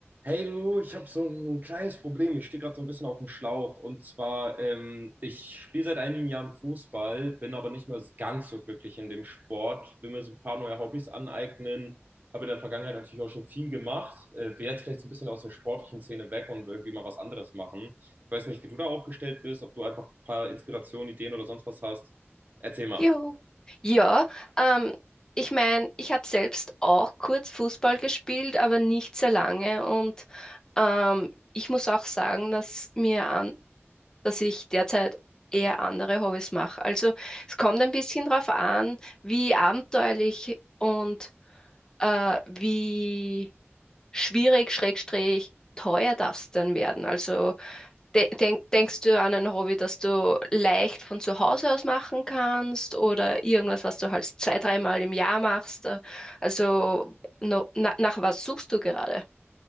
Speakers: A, on the right (about 40°); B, on the left (about 15°).
A: Hey du, ich habe so ein kleines Problem. Ich stehe gerade so ein bisschen auf dem Schlauch. Und zwar, ähm, ich spiele seit einigen Jahren Fußball, bin aber nicht mehr ganz so glücklich in dem Sport. Will mir so ein paar neue Hobbys aneignen. Habe in der Vergangenheit natürlich auch schon viel gemacht. Äh, will jetzt vielleicht so ein bisschen aus der sportlichen Szene weg und irgendwie mal was anderes machen. Ich weiß nicht, wie du da aufgestellt bist, ob du einfach ein paar Inspirationen, Ideen oder sonst was hast. Erzähl mal.
B: Juhu. Ja, ähm, ich meine, ich habe selbst auch kurz Fußball gespielt, aber nicht sehr lange. Und ähm, ich muss auch sagen, dass mir an, dass ich derzeit eher andere Hobbys mache. Also es kommt ein bisschen drauf an, wie abenteuerlich und äh, wie schwierig, schrägstrich, teuer das denn werden. Also De denk, denkst du an ein Hobby, das du leicht von zu Hause aus machen kannst oder irgendwas, was du halt zwei, dreimal im Jahr machst? Äh, Also no, na, nach was suchst du gerade?